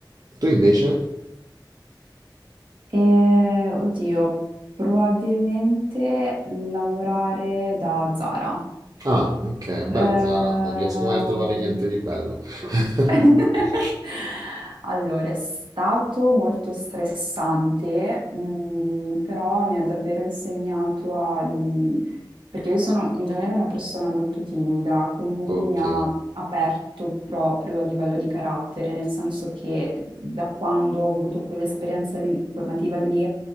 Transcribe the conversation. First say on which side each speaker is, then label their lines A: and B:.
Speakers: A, on the right; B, on the right.
A: Tu invece?
B: E, oddio, probabilmente lavorare da Zara.
A: Ah, ok, bello
B: Ehm,
A: Zara, non riesco mai a trovare niente di bello. <laughs>
B: <laughs> Allora, è stato molto stressante, mm, però mi ha davvero insegnato a... mm, perché io sono in genere una persona molto timida, quindi
A: Ok.
B: mi ha aperto proprio a livello di carattere, nel senso che da quando ho avuto quell'esperienza lì- formativa lì